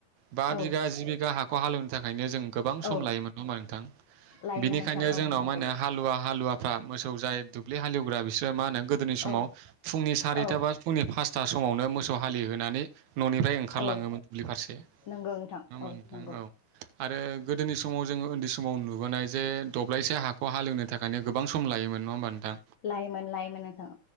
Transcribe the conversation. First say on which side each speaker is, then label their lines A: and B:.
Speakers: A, on the right; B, on the left.
A: बा
B: औ
A: बिगा, जि बिगा हाखौ हालेवनो थाखायनो जों गोबां सम
B: औ
A: लायोमोन नङाहोमबा नोंथां
B: लायोमोन
A: बिनिखायनो
B: नोंथां औ
A: जोंनाव
B: नंगौ
A: मा होनो हालुवा- हालुवा फ्रा मोसौ जाय दुब्लि हालेवग्रा बिसोरो मा होनों गोदोनि समाव
B: औ
A: फुंनि सारिथा
B: औ
A: बा फुंनि फासथा समावनो मोसौ हालिहोनानै न'निफ्राय ओंखारलाङोमोन
B: औ
A: दुब्लि फारसे नङा
B: नंगौ नोंथां
A: होमबा
B: औ
A: नोंथां?
B: नंगौ
A: औ आरो गोदोनि समाव जोङो उन्दै समाव नुबोनाय जे दब्लायसे हाखौ हालेवनो थाखायनो गोबां सम लायोमोन नङा होमबा नों थां
B: लायोमोन लायोमोन नोंथां